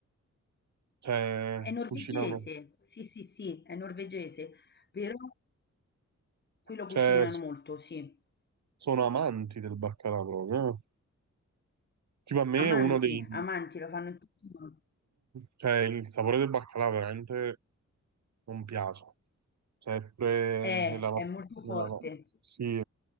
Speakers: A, on the right; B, on the left.
A: Cioè,
B: È norvegese,
A: cucinano,
B: sì, sì, sì, è norvegese, però qui lo
A: cioè
B: cucinano molto, sì.
A: sono amanti del baccalà proprio. eh. Tipo a me
B: Amanti,
A: uno dei...
B: amanti, lo fanno in tutti i modi.
A: cioè il sapore del baccalà veramente non piace. Sempre
B: È,
A: nella, no-
B: è molto
A: nella
B: forte,
A: no- sì,